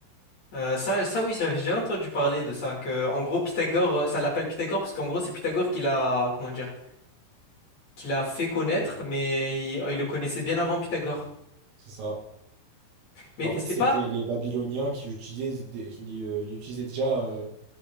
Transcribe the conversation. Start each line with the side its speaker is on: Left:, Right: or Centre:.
Left: Euh, ça, ça oui, j'avais déjà entendu parler de ça, que en gros Pythagore, euh, ça l'appelle Pythagore parce qu'en gros c'est Pythagore qui l'a, comment dire, qui l'a fait connaître, mais il, il le connaissait bien avant Pythagore.
Right: C'est ça.
Left: Mais
Right: En fait,
Left: c'est
Right: c'était
Left: pas,
Right: les Babyloniens qui utilisaient, des- qui euh, l'utilisaient déjà euh,